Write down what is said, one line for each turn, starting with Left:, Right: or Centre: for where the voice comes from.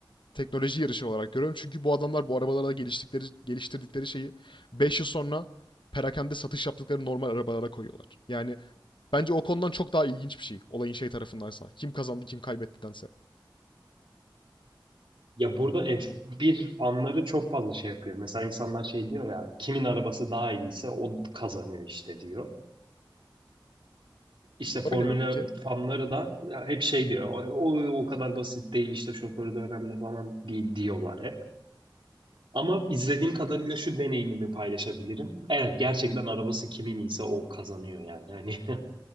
Left: teknoloji yarışı olarak görüyorum. Çünkü bu adamlar bu arabalarda geliştikleri, geliştirdikleri şeyi 5 yıl sonra perakende satış yaptıkları normal arabalara koyuyorlar. Yani bence o konudan çok daha ilginç bir şey. Olayın şey tarafındansa. Kim kazandı kim kaybettidense.
Right: Ya burada F1 fanları çok fazla şey yapıyor. Mesela insanlar şey diyor ya kimin arabası daha iyiyse o kazanıyor işte diyor. İşte Formula
Left: Öyle mi peki?
Right: fanları da ya hep şey diyor. O, o kadar basit değil işte şoförü de önemli falan di- diyorlar hep. Ama izlediğim kadarıyla şu deneyimimi paylaşabilirim. Evet gerçekten arabası kimin iyiyse o kazanıyor yani. Hani <laughs>